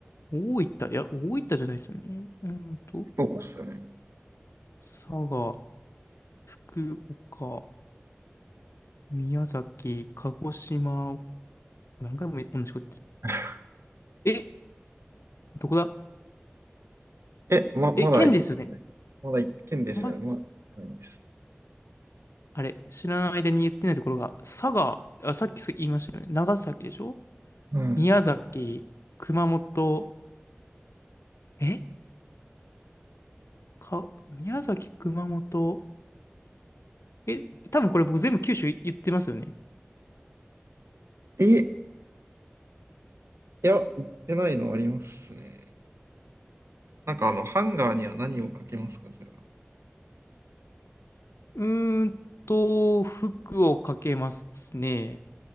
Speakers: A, on the left; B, on the right.
A: 大分、いや、大分じゃないですよね。うーんと、
B: そうですね。
A: 佐賀、福岡、宮崎、鹿児島、何回も同じこと
B: <laughs>
A: 言ってる。え、どこだ
B: え、ま、まだい、
A: え、県ですよね。
B: まだ一件ですね。
A: ま、
B: まだ行ってないです。
A: あれ、知らない間に言ってないところが、佐賀、あ、さっき言いましたよね。長崎でしょ
B: は
A: 宮崎、熊本、えか、宮崎、熊本。え、多分これ僕全部九州言ってますよね。
B: い。え、いや、行ってないのありますね。なんかあの、ハンガーには何をかけますか、じゃ
A: うーんと、福岡けますね。